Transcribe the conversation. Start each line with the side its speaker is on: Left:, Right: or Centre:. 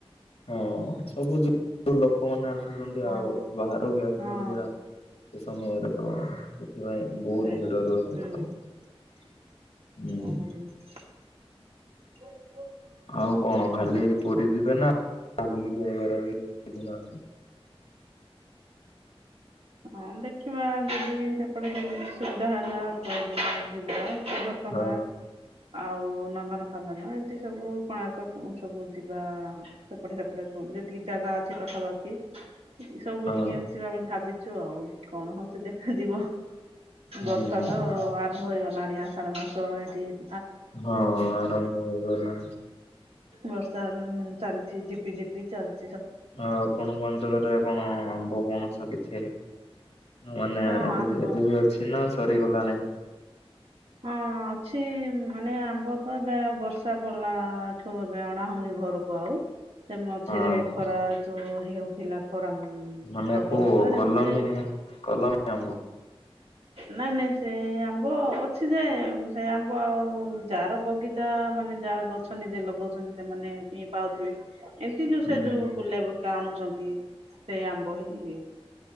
Left: ହଁ ସବୁ ଲୋକମାନେ ଆସୁଛନ୍ତି
Right: ହଁ
Left: ଆଉ ବାହାର ବି ଆସୁଛନ୍ତି
Right: ହଁ
Left: ନା ସେ ସମୟରେ ତ ସେଥିପାଇଁ ବହୁତ
Right: ସେଇଟା
Left: ଭିଡ଼ ରହୁଛୀ
Right: ହୁଁ
Left: ସେଠଉ ହଁ।
Right: ଓହୋ <inaudible>
Left: ଆଉ କଣ ଖାଲି ପୁରୀ ଯିବେ ନା ବୁଲିକି। <unintelligible>
Right: ହଁ ଦେଖିବା ଯଦି ସେପଟେ ସେମିତି ସୁବିଧା ହେଲା <unintelligible> ଯିବା। ଭଟଙ୍ଗା
Left: ହଁ
Right: ଆଉ ନନ୍ଦନକନ୍ଦନ ଏମିତି ସବୁ କଣାର୍କ କୁ ସବୁ ଯିବା ସେପଟେ ସେପଟେ ଯେତିକି ଜାଗା ପାଖାପାଖି ସବୁ
Left: ହଁ
Right: ବୁଲିକି ଆସିବା ଭାବି ଚଆଉଇ କଣ ହଉଛି ଦେଖାଯିବ
Left: ହୁଁ
Right: ବର୍ଷା ତ ଆରମ୍ଭ ହେଇଗଲାଣି ଆ ଆସାଢ଼ ମାସ ଏଇଠି ଏଇଠ
Left: ହଁ ଆରମ୍ଭ ହେଇଗଲାଣି।
Right: ବର୍ଷା ଚାଲିଛି ଝିପି ଝିପି ଚାଲ
Left: ଆଉ ଆପଣଙ୍କ ଅଞ୍ଚଳରେ କଣ ଆମ୍ବ ପଣସ କିଛି ମାନେ
Right: ହଁ
Left: ଏବେ
Right: ଆମ୍ବ
Left: ବି ଏବେ ବି ଅଛି ନା ସରିଗଲାଣି।
Right: ହଁ ଅଛି ମାନେ ଆମ୍ବ ତ ଏବେ ଆଉ ବର୍ଷା ପଡ଼ିଲାଠୁ ଏବେ ଆଣା ହଉନି ଘରକୁ ଆଉ ସେ ମଝିରେ
Left: ହଁ ହଁ
Right: ଖରା ଯୋଉ ହେଉଥିଲା ଖରା ମ
Left: ମାନେ
Right: ପ୍ରବଳ
Left: କୋଉ
Right: ହଉଥିଲା ସେ
Left: କଲମୀ
Right: ମଝିରେ
Left: କଲମୀ ଆମ୍ବ
Right: ନାଇଁ ନାଇଁ ସେ ଆମ୍ବ ଅଛି ଯେ ସେ ଆମ୍ବ ଆଉ ଯାର ବଗିଚା ମାନେ ଯାର ଗଛ ନିଜେ ଲଗାଉଛନ୍ତି ସେମାନେ ପି ପାଉଥିବ ଏମିତି ଯୋଉ
Left: ହୁଁ
Right: ସେ ଯୋଉ ବୁଲେ ବୁକା ଆଣୁଛନ୍ତି ସେଇ ଆମ୍ବ ହିଁ।